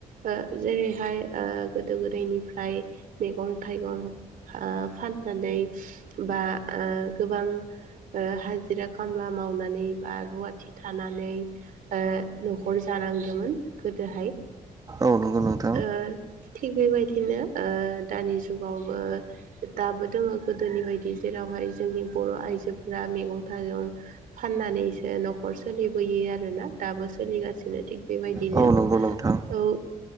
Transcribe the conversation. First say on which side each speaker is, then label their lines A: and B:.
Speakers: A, on the right; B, on the right.
A: ओ जेरैहाय ओ गोदो गोदायनिफ्राय मैगं थाइगं फा फाननानै बा गोबां ओ हाजिरा खामला मावनानै बा रुवाथि थानानै ओ न'खर जानांदोंमोन गोदोहाय
B: अ' नंगौ नोंथा।
A: ओ थिग बेबायदिनो ओ दानि जुगावबो दाबो दङो गोदो -नि बायदि जेरावहाय जोंनि बर' आइजोफोरा मैगं थाइगं फाननानैसो न'खर सोलिबोयो आरोना दाबो सोलिगासिनो थिग बेबायदिनो
B: औ नंगौ नोंथां
A: औ